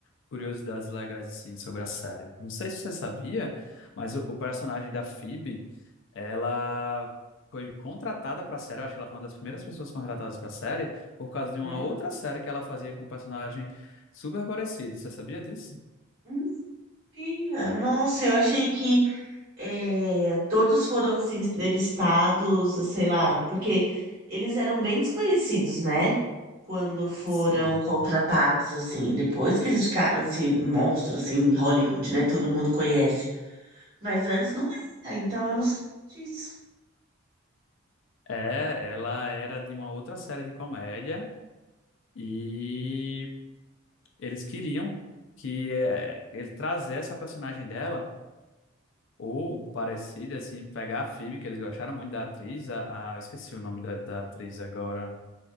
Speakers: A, on the left (about 65°); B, on the right (about 45°).
A: curiosidades legais, assim, sobre a série. Não sei se você sabia, mas o, o personagem da Phoebe, ela foi contratada pra série. Eu acho que ela foi uma das primeiras pessoas contratadas pra série por causa de
B: Hum?
A: uma outra série que ela fazia com um personagem super parecido. Você sabia disso?
B: Não sabia. Nossa, eu achei que eh, todos foram assim entrevistados, sei lá, porque eles eram bem desconhecidos, né? Quando foram
A: Sim.
B: contratados assim, depois que eles ficaram esse monstro assim em Hollywood, né? Todo mundo conhece. Mas antes não era, então eu não sabia disso.
A: É, ela era de uma outra série de comédia. E Eles queriam que eh, ele trazesse essa personagem dela, ou parecida, assim, pegar a Phoebe, que eles gostaram muito da atriz, a, a- eu esqueci o nome da, da atriz agora.